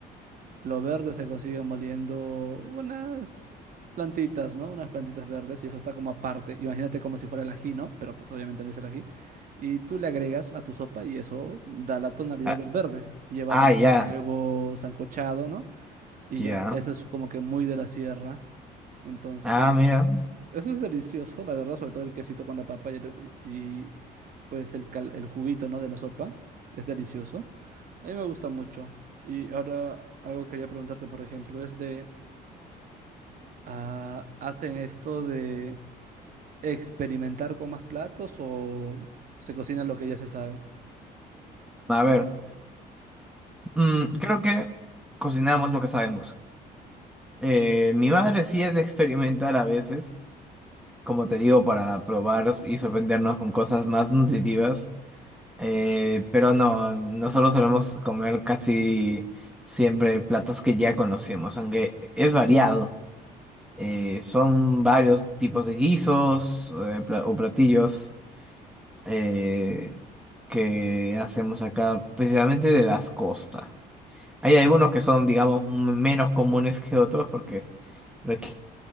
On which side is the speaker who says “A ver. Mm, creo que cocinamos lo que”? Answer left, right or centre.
Centre